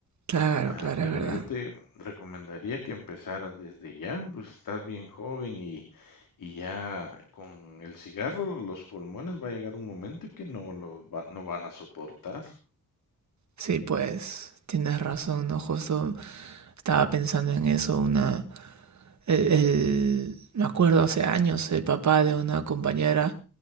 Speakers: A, on the right; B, on the left.
A: claro,
B: Ah,
A: claro,
B: pero
A: es verdad.
B: yo te recomendaría que empezaras desde ya, pues estás bien joven y, y ya con el cigarro los pulmones va a llegar un momento que no lo va- no van a soportar.
A: Sí, pues, tienes razón, ¿no? Justo estaba pensando en eso, una el, el- me acuerdo hace años, el papá de una compañera